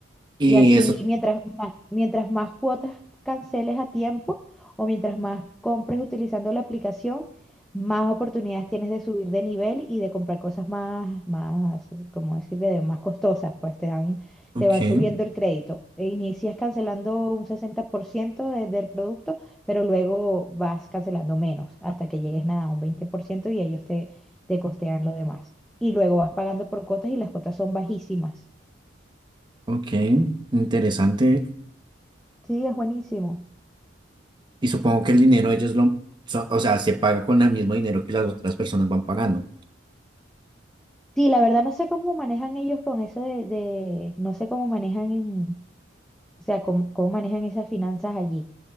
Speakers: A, on the right (about 25°); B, in the centre.
A: Y
B: Y así,
A: eso,
B: mientras más, mientras más cuotas canceles a tiempo o mientras más compres utilizando la aplicación, más oportunidades tienes de subir de nivel y de comprar cosas más, más, como decirle, de más costosas, pues te dan,
A: ok,
B: te van subiendo el crédito. E inicias cancelando un 60% de- del producto, pero luego vas cancelando menos hasta que llegues nada, a un 20% y ellos te, te costean lo demás. Y luego vas pagando por cuotas y las cuotas son bajísimas.
A: ok, interesante.
B: Sí, es buenísimo.
A: Y supongo que el dinero ellos lo, so- o sea, se paga con el mismo dinero que las otras personas van pagando.
B: Sí, la verdad no sé cómo manejan ellos con eso de, de- no sé cómo manejan, en- o sea, cómo, cómo manejan esas finanzas allí.